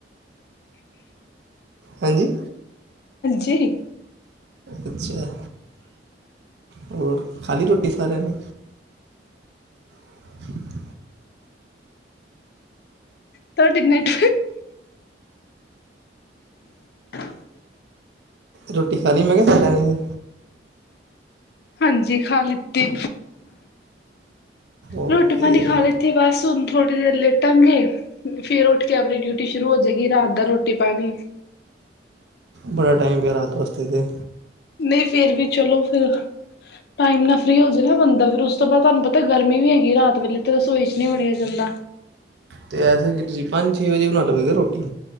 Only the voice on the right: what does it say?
ਹਾਂਜੀ
ਅੱਛਾ, ਹੋਰ ਖਾ ਲੀ ਰੋਟੀ ਸਾਰਿਆਂ ਨੇ? <unintelligible> <inaudible>
ਰੋਟੀ ਖਾ ਲੀ ਮੈਂ ਕੇਆ ਸਾਰਿਆਂ ਨੇ ਫਿਰ?
ਓਕੇ
ਬੜਾ ਟਾਈਮ ਪਿਆ ਰਾਤ ਵਾਸਤੇ ਤੇ
ਤੇ ਐਸੇ ਕਿ ਤੁਸੀਂ ਪੰਜ ਛੇ ਵਜੇ ਬਨਾ ਲੋਗੇ ਕੀ ਰੋਟੀ